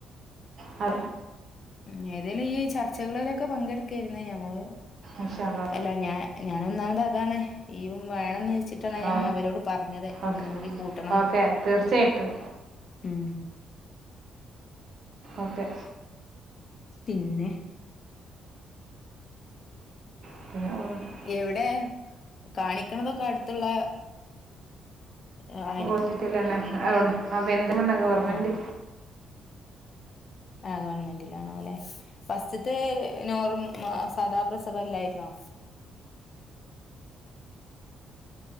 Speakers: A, on the right (about 60°); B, on the left (about 50°).
A: അ
B: ഉ ഏതേലും ഈ ചർച്ചകളിലൊക്കെ പങ്കെടുക്കായിരുന്ന ഞങ്ങൾ
A: ഇൻഷാ അള്ളാ.
B: അല്ല ഞാൻ ഞാൻ ഒന്നാമത് അതാണ് ഈ യും വേണന്ന് വെച്ചിട്ട് കട്ടണ
A: ആ
B: ഞാൻ അവരോട് പറഞ്ഞത്
A: ഓക്കെ
B: ഇന്നും കൂടി കൂട്ടണംന്ന്
A: ഓക്കെ തീർച്ചയായിട്ടും
B: ഉം
A: ഓക്കെ
B: പിന്നെ
A: <inaudible>
B: എവിടെ കാണിക്കണതൊക്കെ അടുത്തുള്ള ആ
A: ഹോസ്പിറ്റല തന്നെ അവിടെ അപ്പൊ <unintelligible> ഗവൺമെന്റ്
B: ആഹ് ആഹ് ഗവൺമെന്റിലാണോ അല്ലെ ഫസ്റ്റത്തെ നോർ സാധാ പ്രസവല്ലായിരുന്നോ